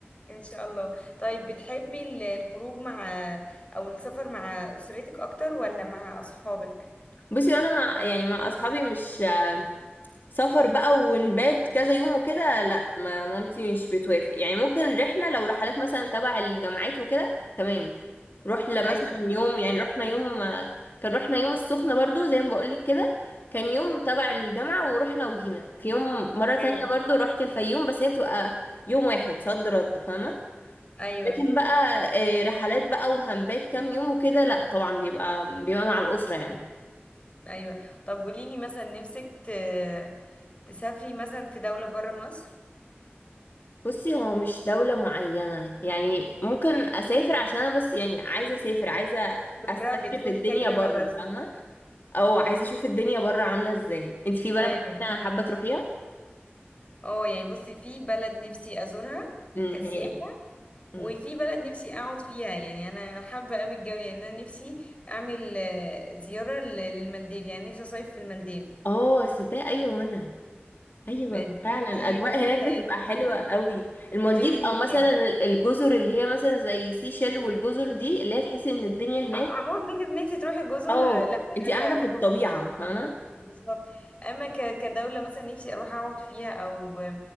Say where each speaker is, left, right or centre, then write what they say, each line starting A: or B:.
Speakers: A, on the left; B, on the left.
A: ان شاء الله طيب بتحبي ال- الخروج مع او السفر مع اسرتك اكتر ولا مع اصحابك
B: بصي انا مع يعني مع اصحابي مش آه، سفر بقى ونبات كذا يوم وكده لا ما مامتي مش بتوافق يعني ممكن رحلة لو رحلات مثلا تبع الجامعات وكده تمام رحلة
A: ايوه
B: مثلا يوم يعني رحنا يوم كان رحنا يوم السخنة برضو زي ما بقولك كده كان يوم تبع الجامعة ورحنا وجينا في يوم مرة تانية
A: ايوه
B: برضو رحت الفيوم بس هي بتبقى يوم واحد صد رد فاهمة
A: ايوه
B: لكن بقى آه، رحلات بقى وهنبات كام يوم وكده لا طبعا بيبقى بيبقى مع الأسرة يعني
A: ايوه طب قولي لي مثلا نفسك ت- تسافري مثلا في دوله بره مصر
B: بصي هو مش دولة معينة يعني ممكن أسافر عشان أنا بس يعني عايزة أسافر عايزة
A: جربي
B: أستكشف
A: خدي
B: الدنيا
A: التجربة
B: بره
A: بس
B: فاهمة أو عايزة أشوف الدنيا بره عاملة إزاي أنت في بلد
A: ايوه
B: معينة حابة تروحيها؟
A: اه يعني بصي في بلد نفسي ازورها
B: امم
A: كسياحة
B: هي إيه؟ امم
A: وفي بلد نفسي اقعد فيها يعني انا حابة قوي الجو يعني انا نفسي اعمل آه، زيارة ل- للمالديف يعني نفسي اصيف في المالديف
B: آه صدق أيوة وأنا أيوة
A: بقى دي
B: فعلا
A: دي
B: الأجواء
A: امنية
B: هناك
A: حياتي
B: بتبقى حلوة قوي
A: <laughs>
B: المالديف
A: دي امنية
B: أو مثلا
A: حياتي
B: ال- الجزر اللي هي مثلا زي سيشيل والجزر دي اللي هي تحسي إن الدنيا هناك
A: ع- عموما فكرة ان انت تروحي جزر
B: آه
A: لا حاجة
B: أنت قاعدة
A: حاجة
B: في الطبيعة
A: واو.
B: فاهمة؟
A: بالظبط اما ك- كدوله مثلا نفسي اروح اقعد فيها او